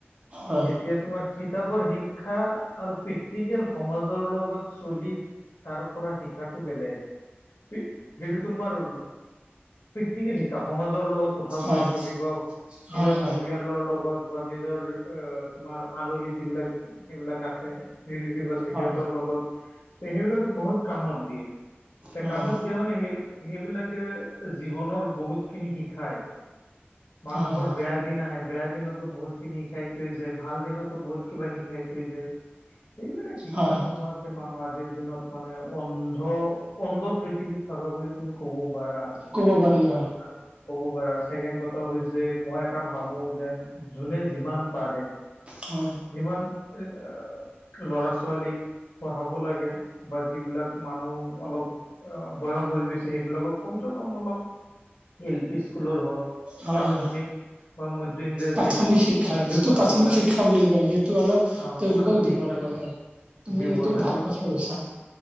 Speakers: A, on the right (about 25°); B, on the left (about 70°).
A: হয়
B: এতিয়া তোমাৰ। কিতাপৰ শিক্ষা আৰু প্ৰেক্টিকেল সমাজৰ লগত। চলিত তাৰ পৰা শিকাটো বেলেগ যিটো তোমাৰ। প্ৰেক্টিকেল শিকা সমাজৰ লগত উঠা
A: হয়
B: বহা কৰিব। নিজৰ
A: হয় হয়
B: পৰিয়ালৰ লগত বা নিজৰ তোমাৰ আলহী যিবিলাক এইবিলাক আছে। ৰিলেতিভ আছে
A: হয়
B: সিহঁতৰ লগত তে সেইবিলাকে বহুত। কামত দিয়ে তে
A: হয়
B: কামত দিয়ে মানে সেই। সেইবিলাকে জীৱনৰ বহুত খিনি শিকাই মানুহৰ
A: হয় হয়
B: বেয়া। দিন আহে বেয়া দিনতো বহুত খিনি শিকাই থৈ যায় ভাল দিনতো বহুত কিবা শিকাই থৈ যায়। এইবিলাক শিক্ষা
A: হয়
B: নোহোৱাত। মানুহ আজিৰ দিনত মানে অন্ধ অন্ধ পৃথিৱীত থকা বুলি তুমি। কব পাৰা আৰু
A: ক'ব পাৰি হয়
B: আৰু। ক'ব পাৰা ছেকেণ্ড কথা হৈছে মই এটা ভাবো যেন যোনে যিমান পাৰে।
A: অ
B: যিমান এ। ল'ৰা ছোৱালীক পঢ়াব লাগে বা যিবিলাক মানুহ অলপ। অ বয়স হৈ গৈছে সেইবিলাকক কমচে কম অলপ এল পি স্কুলৰ হওক।
A: হয়
B: প্ৰাথমিক
A: হয়।
B: বা মধ্য ইংৰাজী
A: প্ৰাথমিক শিক্ষা
B: লৈকে
A: যিটো
B: পঢ়াব
A: প্ৰাথমিক
B: লাগে
A: শিক্ষা বুলি কয় সেইটো অলপ
B: অ
A: তেওঁলোকক
B: প্ৰাথমিক
A: দিব।
B: শিক্ষাটো
A: দিব লাগে হয়, তুমি
B: দিব
A: এইটো
B: লাগে
A: ভাল কথা কৈছা।